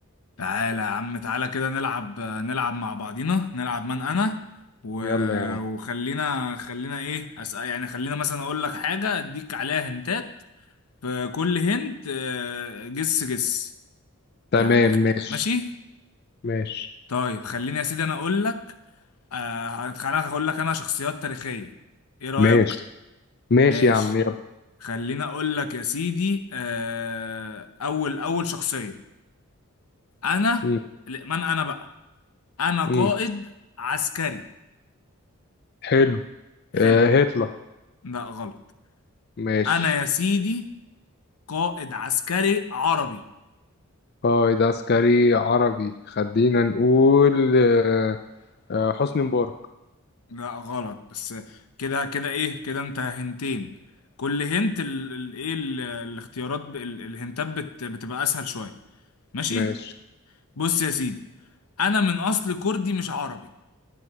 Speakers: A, on the left (about 85°); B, on the left (about 45°).
A: تعالى يا عم تعالى كده نلعب نلعب مع بعضينا نلعب من انا و...
B: يلا يا عم
A: وخلينا خلينا ايه أسأل يعني خلينا مثلا اقول لك حاجه اديك عليها هنتات فكل هنت آه، جس جس
B: تمام
A: يعني خ-
B: ماشي
A: ماشي
B: ماشي
A: طيب خليني يا سيدي انا اقول لك آه، هت- انا هقول لك انا شخصيات تاريخية ايه رأيك
B: ماشي ماشي
A: ماشي
B: يا عم يلا
A: خليني اقول لك يا سيدي آه، اول اول شخصية انا
B: مم.
A: لا، من انا بقى انا
B: مم.
A: قائد عسكري
B: حلو
A: حلو
B: آه هتلر
A: لا غلط
B: ماشي
A: انا يا سيدي قائد عسكري عربي
B: اه ده عسكري عربي خلينا نقول آه آه حسني مبارك
A: لا غلط بس كده كده ايه كده انت هنتين كل هنت ال ال ايه ال- الاختيارات ب- ال- الهنتات بت بتبقى اسهل شوية ماشي
B: ماشي
A: بص يا سيدي انا من اصل كردي مش عربي